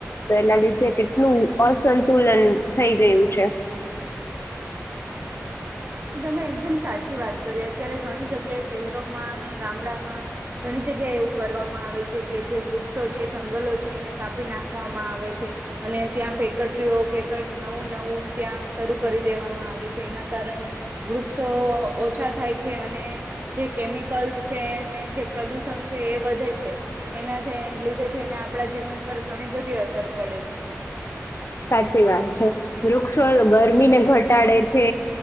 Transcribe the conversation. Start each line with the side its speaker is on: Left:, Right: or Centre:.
Left: તો એના લીધે કેટલું અસંતુલન થઈ ગયું છે.
Right: એ તમે એકદમ સાચી વાત કરી અત્યારે ઘણી જગ્યાએ શહેરોમાં અને ગામડામાં ઘણી જગ્યાએ એવું કરવામાં આવે છે. કે જે વૃક્ષો છે જંગલો છે એને કાપી નાખવામાં આવે છે અને ત્યાં ફેકટરીઓ કે કઈક નવું નવું ત્યાં શરૂ કરી દેવામાં આવે છે એના કારણે વૃક્ષો ઓછા થાય છે, અને જે કેમિકલ્સ છે જે પ્રદુષણ છે એ વધે છે એનાથી લીધે થઈને આપણા જીવન પર ઘણી બધી અસર પડે છે,
Left: <unintelligible> સાચી વાત છે વૃક્ષો ગરમી ને ઘટાડે છે